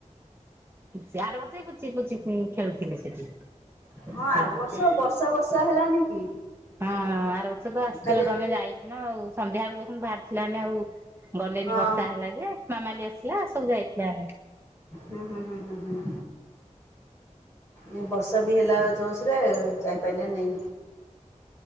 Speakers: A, on the right (about 20°); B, on the left (about 20°).
A: ହୁଁ ସେ ଆର ବର୍ଷ ବି ପୁଚି ପୁଚି ଖେଳୁଥିଲେ ସେଠି ହୁଁ
B: ହଁ ଆର ବର୍ଷ ବର୍ଷା ବର୍ଷା ହେଲାନି କି?
A: ହଁ ଆର ବର୍ଷ ତ ଆସିଥିଲ
B: ଖାଲି
A: ତମେ ଯାଇନ ଆଉ ସନ୍ଧ୍ୟାବେଳକୁ ଦେଖୁନୁ ବାହାରିଥିଲେ ଆମେ ଆଉ ଗଲେନି
B: ହଁ
A: ବର୍ଷା ହେଲା ଯେ ମାମାଲି ଆସିଲା ସବୁ ଯାଇଥିଲେ ଆମେ।
B: ହୁଁ ହୁଁ ହୁଁ ହୁଁ ହୁଁ ଏ ବର୍ଷା ବି ହେଲା ଜୋସ୍ ରେ ଯାଇପାଇଲେ ନାଇଁ।